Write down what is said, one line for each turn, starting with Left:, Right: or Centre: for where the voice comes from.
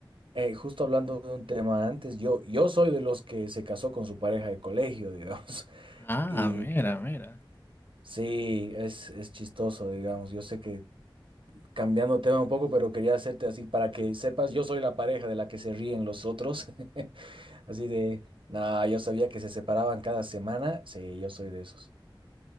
Right: Eh, justo hablando de un tema antes, yo, yo soy de los que se casó con su pareja de colegio, digamos. <laughs>
Left: Ah,
Right: Y
Left: mira, mira.
Right: sí, es, es chistoso, digamos. Yo sé que cambiando tema un poco, pero quería hacerte así para que sepas, yo soy la pareja de la que se ríen los otros. <laughs> Así de, nada, yo sabía que se separaban cada semana. Sí, yo soy de esos.